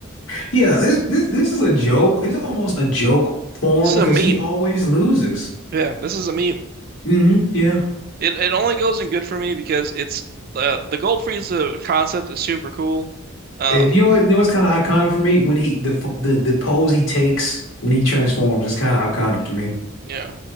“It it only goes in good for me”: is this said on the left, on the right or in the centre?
Right